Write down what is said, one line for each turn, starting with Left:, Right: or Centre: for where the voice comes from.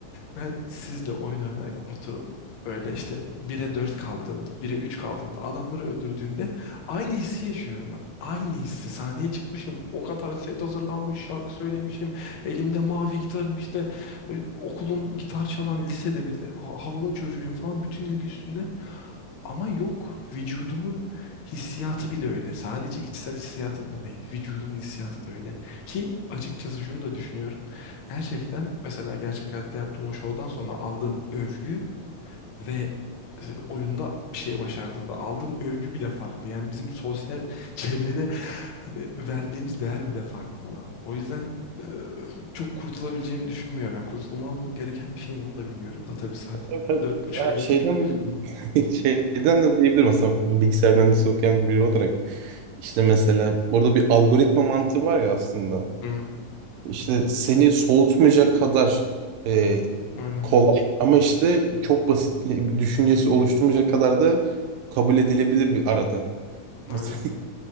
Left: ben sizle oyun oynarken oturup böyle işte 1'e 4 kaldığımda, 1'e 3 kaldığımda adamları öldürdüğümde aynı hissi yaşıyorum bak. Aynı hissi. Sahneye çıkmışım. O kadar set hazırlanmış, şarkı söylemişim. Elimde mavi gitarım işte e, okulun gitar çalan lisede bir de ha- havalı çocuğuyum falan bütün ilgi üstümde. Ama yok. Vücudumun hissiyatı bile öyle. Sadece içsel hissiyatım da değil. Vücudumun hissiyatı da öyle. Ki açıkçası şunu da düşünüyorum. Gerçekten mesela gerçek hayatta yaptığım o şovdan sonra aldığım övgü ve e, oyunda bir şey başardığımda aldığım övgü bile farklı. Yani bizim sosyal <laughs> çevrede hani verdiğimiz değer bile farklı ona. O yüzden e, çok kurtulabileceğimi düşünmüyorum. Yani kurtulmam gereken bir şey mi onu da bilmiyorum da tabii saat
Right: Tabii tabii.
Left: dört buçuğa
Right: Ya
Left: gelince.
Right: şeyden <laughs> şeyden de diyebilirim aslında bilgisayar mühendisi okuyan biri olarak. İşte mesela burada bir algoritma mantığı var ya aslında.
Left: Hı hı.
Right: İşte seni soğutmayacak kadar e,
Left: Aynen,
Right: kolay ama işte çok basit bir düşüncesi oluşturmayacak kadar da kabul edilebilir bir arada. <laughs>
Left: aynen.